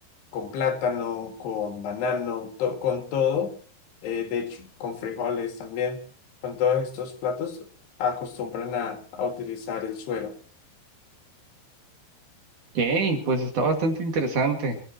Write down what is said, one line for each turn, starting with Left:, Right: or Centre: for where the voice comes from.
Left: con plátano, con banano, to- con todo, eh, de hecho, con frijoles también, con todos estos platos acostumbran a, a utilizar el suero.
Right: Ok, pues está bastante interesante.